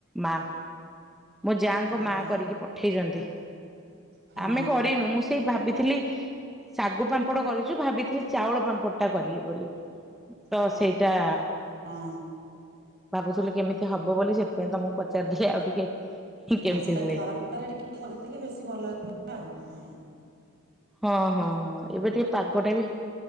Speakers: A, in the centre; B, on the right.
A: ମା। ମୋ ଯାଙ୍କ
B: ଅହୋ
A: ମା କରିକି ପଠେଇଛନ୍ତି
B: ହଁ
A: ଆମେ କରିନୁ ମୁଁ ସେଇ ଭାବିଥିଲି ଶାଗୁ ପାମ୍ପଡ କରିଛୁ ଭାବିଥିଲି ଚାଉଳ ପାମ୍ପଡ଼ ଟା କରିବି ବୋଲି ତ
B: ହଁ
A: ସେଇଟା
B: ହଁ।
A: ଭାବୁଥିଲ କେମିତି ହବ ବୋଲି ସେଥିପାଇଁ ତମକୁ ପଚାରିଦି ଆଉ ଟିକେ କେମିତି
B: ହଁ ସେଟା
A: ହୁଏ
B: ଖରା ଟିକେ କରିଥିଲେ ବେଶୀ ଭଲ ଲ ଆଉ ହଁ।
A: ହଁ ହଁ ହଁ ଏବେ ଟିକେ ପାଗଟେ ବି